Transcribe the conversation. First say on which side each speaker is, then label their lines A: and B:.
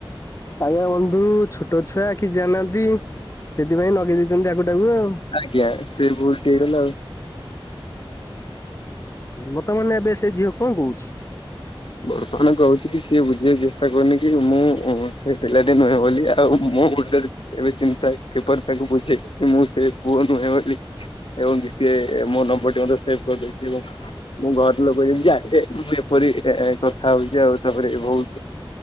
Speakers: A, on the left; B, on the left.
A: ଆଜ୍ଞା ବନ୍ଧୁ, ଛୋଟ ଛୁଆ କିଛି ଜାଣିନାହାନ୍ତି? ସେଥିପାଇଁ ଲଗେଇ ଦେଇେଇଛନ୍ତି ଆକୁ ତାକୁ ଆଉ।
B: ଆଜ୍ଞା, ସେ ଭୁଲ୍ ଟି ହେଇଗଲା ଆଉ।
A: ମତେ ମାନେ ଏବେ ସେ ଝିଅ କଣ କହୁଛି?
B: ବର୍ତ୍ତମାନ କହୁଛି କି ସିଏ ବୁଝିବାକୁ ଚେଷ୍ଟା କରୁନି କି ମୁଁ ସେ ପିଲାଟି ନୁହେଁ ବୋଲି ଆଉ ମୁଁ ଗୋଟେ ଏବେ ଚିନ୍ତା କିପରି ତାକୁ ବୁଝେ ମୁଁ ସେ ପୁଅ ନୁହେଁ ବୋଲି ଏବଂ ସିଏ ମୋ ନମ୍ବର ଟି ମଧ୍ୟ ସେଭ କରିଦେଇଛି। ମୋ ଘର ଲୋକ ଜାଣିବେ ମୁଁ ଏପରି ଏ କଥା ହଉଛି ଆଉ ତାପରେ ବହୁତ